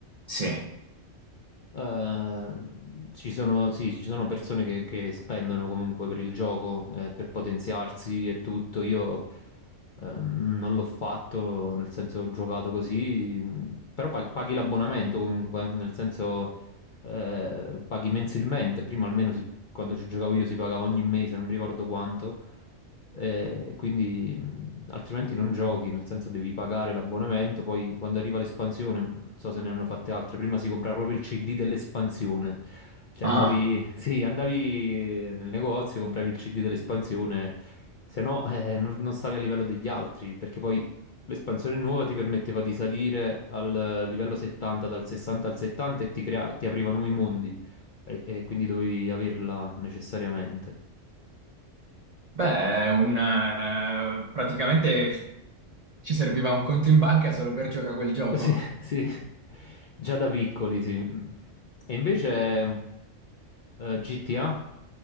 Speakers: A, on the right; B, on the left.
A: Sì.
B: Eh, ci sono, sì, ci sono persone che, che spendono comunque per il gioco, eh, per potenziarsi e tutto. Io eh, non l'ho fatto, nel senso ho giocato così, però pag- paghi l'abbonamento comunque, nel senso eh, paghi mensilmente. Prima almeno si- quando ci giocavo io si pagava ogni mese, non mi ricordo quanto. Eh, quindi mh, altrimenti non giochi, nel senso devi pagare l'abbonamento, poi quando arriva l'espansione, mh, non so se ne hanno fatte altre, prima si comprava proprio il CD dell'espansione, cioè
A: Ah,
B: andavi, <laughs> sì, andavi eh, nel negozio, compravi il CD dell'espansione, se no eh, non, non stavi a livello degli altri, perché poi l'espansione nuova ti permetteva di salire al livello 70, dal 60 al 70 e ti, crea- ti apriva nuovi mondi, e e quindi dovevi averla necessariamente.
A: beh, è un, eh, praticamente ci serviva un conto in banca solo per giocare a quel gioco.
B: Sì, <laughs> sì, già da piccoli, sì. E invece eh, GTA,